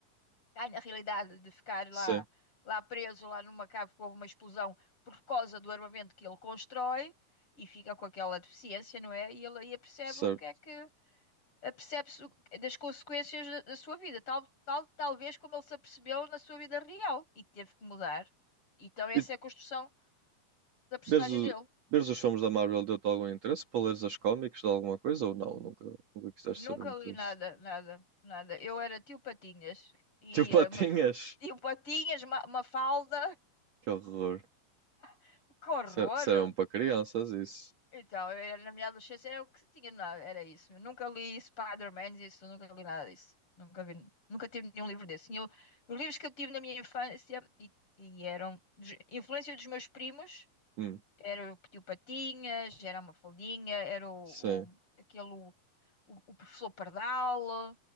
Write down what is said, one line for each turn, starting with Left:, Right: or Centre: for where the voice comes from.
Left: Ai, na realidade, de ficar lá,
Right: Sim,
Left: lá preso, lá numa cave com uma explosão por causa do armamento que ele constrói e fica com aquela deficiência, não é? E ele aí percebe
Right: certo.
Left: o que é que apercebe-se o- das consequências da, da sua vida, tal, tal, talvez como ele se apercebeu na sua vida real e teve que mudar. Então, essa
Right: E
Left: é a construção da personagem
Right: Vês, o-
Left: dele.
Right: vês os filmes da Marvel deu-te algum interesse para leres as cómics de alguma coisa ou não? Nunca, nunca quiseste
Left: Nunca
Right: saber muito
Left: li nada,
Right: disso.
Left: nada, nada. Eu era tio Patinhas e
Right: <laughs> Tipo,
Left: eh,
Right: patinhas!
Left: Maf- tio Patinhas, uma, uma falda,
Right: Que horror.
Left: <laughs> que horror!
Right: Isso é, isso é mesmo para crianças, isso.
Left: Então, eu- na minha adolescência era o que tinha, não, era isso. Eu nunca li Spider-Man, isso, nunca li nada disso. Nunca vi, nunca tive nenhum livro desse. Tinha o- os livros que eu tive na minha infância e, e eram dos- influência dos meus primos,
Right: Hum,
Left: era o Tio Patinhas, era a Mafaldinha, era o,
Right: sim.
Left: o- aquele o, o professor Pardal,